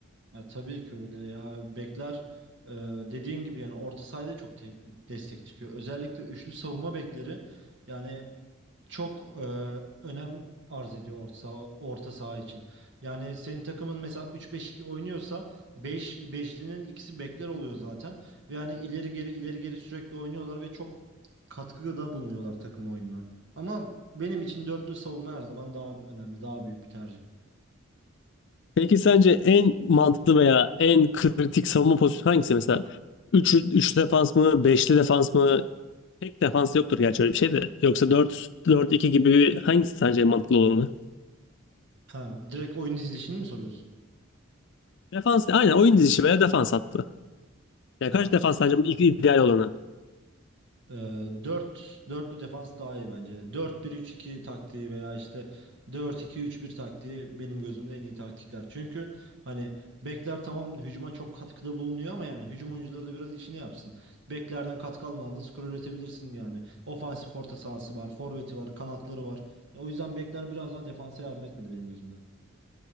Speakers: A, on the right; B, on the left.
A: ya, tabii ki öyle ya bekler e, dediğin gibi yani orta sahada çok te- destek çıkıyor özellikle üçlü savunma bekleri yani çok e, önem arz ediyor orta saha, orta saha için. Yani senin takımın mesela 3-5-2 oynuyorsa 5 5'linin ikisi bekler oluyor zaten. Ve yani ileri geri ileri geri sürekli oynuyorlar ve çok katkıda bulunuyorlar takım oyununa. Ama benim için dörtlü savunma her zaman daha önemli, daha büyük bir tercih.
B: Peki sence en mantıklı veya en kritik savunma pozisyonu hangisi mesela? üç 3 defans mı, beşli defans mı, Pek defans yoktur gerçi öyle bir şey de. Yoksa 4-4-2 gibi bir- hangisi sence mantıklı olanı?
A: Ha, direkt oyun dizilişini mi soruyorsun?
B: Defans, aynen oyun dizisi veya defans hattı. Ya
A: Ya
B: kaç defans sence ilk ideal olanı?
A: Ee, 4 dörtlü defans daha iyi bence. dört bir üç iki taktiği veya işte dört iki üç bir taktiği benim gözümde en iyi taktikler. Çünkü hani bekler tamam hücuma çok katkıda bulunuyor ama yani hücum oyuncuları da biraz işini yapsın. Beklerden katkı almadan da skor üretebilirsin yani. Ofansif orta sahası var, forveti var, kanatları var. O yüzden bekler biraz daha defansa yardım etmeli benim gözümde.